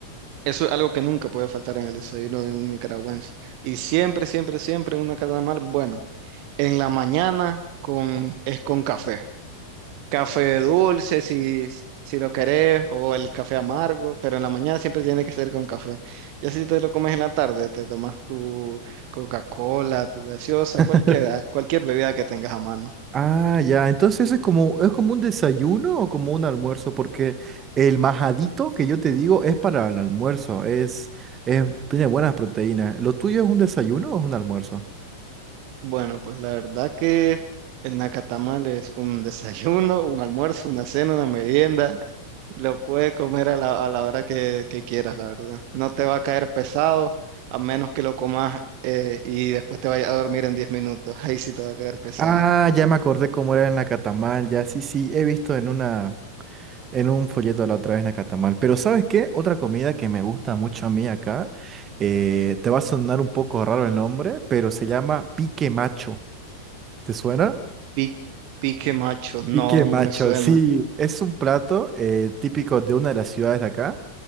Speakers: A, on the right; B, on the right.
A: eso es algo que nunca puede faltar en el desayuno de un nicaragüense. Y siempre, siempre, siempre una mal, bueno, en la mañana con, es con café. Café dulce si, si lo querés o el café amargo, pero en la mañana siempre tiene que ser con café. Ya si te lo comes en la tarde, te tomas tu Coca-Cola, tu gaseosa,
B: <laughs>
A: cualquiera, cualquier bebida que tengas a mano.
B: Ah, ya. Entonces es como, es como un desayuno o como un almuerzo, porque el majadito que yo te digo es para el almuerzo. Es, es, tiene buenas proteínas. ¿Lo tuyo es un desayuno o es un almuerzo?
A: Bueno, pues la verdad que el nacatamal es un <laughs> desayuno, un almuerzo, una cena, una merienda Lo puede comer a la, a la hora que, que quieras, la verdad. No te va a caer pesado a menos que lo comas eh, y después te vayas a dormir en 10 minutos. Ahí sí te va a caer pesado.
B: Ah, ya me acordé cómo era en la Catamal, ya sí, sí, he visto en una, En un folleto la otra vez Nacatamal. Pero ¿sabes qué? Otra comida que me gusta mucho a mí acá, eh, te va a sonar un poco raro el nombre, pero se llama pique macho. ¿Te suena?
A: Pi- pique macho, no,
B: Pique macho,
A: no me suena.
B: sí. Es un plato eh, típico de una de las ciudades de acá.